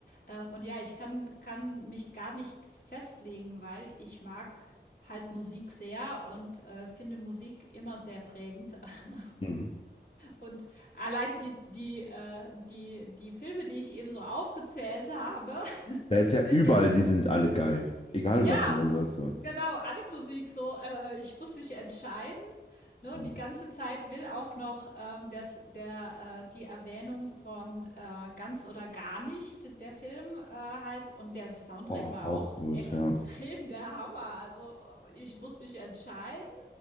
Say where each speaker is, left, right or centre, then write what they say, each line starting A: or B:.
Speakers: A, on the left; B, on the left.
A: Äh, und ja, ich kann, kann mich gar nicht festlegen, weil ich mag halt Musik sehr und äh, finde Musik immer sehr prägend. <laughs>
B: Mhm.
A: Und allein die, die, äh, die, die Filme, die ich eben so aufgezählt habe, <laughs>
B: Da ist
A: die
B: ja
A: sind
B: überall,
A: ja
B: die sind alle geil. Egal,
A: ja,
B: was du da sagst. So.
A: genau, alle Musik so. Äh, ich muss mich entscheiden. Ne?
B: Mhm.
A: Und die ganze Zeit will auch noch ähm, das, der, äh, die Erwähnung von äh, ganz oder gar nicht, der Film äh, halt. Und der Soundtrack
B: Oh,
A: war
B: auch
A: auch
B: gut,
A: <laughs> extrem
B: ja.
A: der Hammer. Also ich muss mich entscheiden.